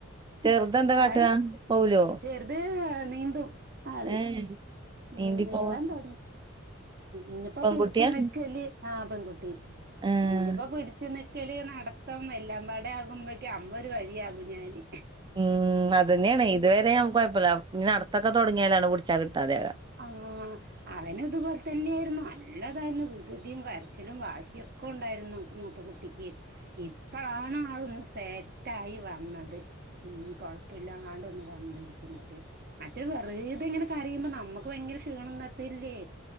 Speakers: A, on the right; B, on the right.
A: ചെറുതെന്താ
B: പായ്
A: കാട്ടുക? കൗലോ?
B: ചെറുത് നീന്തും ആള്
A: ഏഹ്
B: മ്
A: നീന്തി
B: നീന്താൻ
A: പോവാ
B: തൊടങ്ങി ഇനിയിപ്പോ
A: പെൺകുട്ടിയാ?
B: പിടിച്ചു നിക്കല് ആ പെൺകുട്ടി
A: ഏഹ്
B: ഇനിയിപ്പോ പിടിച്ചു നിക്കല് നട ത്തം എല്ലാംപാടെ ആകുമ്പോക്കും അമ്മ ഒരു വഴിയാകും ഞാന്.
A: ഉം അതന്നെയാണ് ഇതുവരെ ഞമ്മക്ക് കൊയപ്പല്ല ഇനി നടത്തൊക്കെ തൊടങ്ങിയാലാണ് പിടിച്ചാ കിട്ടാതാക.
B: ആ അവനും ഇതുപോലെ തന്നെയായിരുന്നു. നല്ലതായിരുന്നു വികൃതിയും, കരച്ചിലും, വാശിയൊ ക്കെണ്ടായിരുന്നു മൂത്ത കുട്ടിക്ക്. ഇപ്പഴാണ് ആളൊന്ന് സെറ്റായി വന്നത്. ഉം കൊഴപ്പമില്ലാണ്ട് ഒന്ന് വന്നിരിക്കുന്നത്. മറ്റേത് വെറുതെങ്ങനെ കരയുമ്പോ നമുക്ക് ഭയങ്കര ക്ഷീണംന്നത്തില്ലേ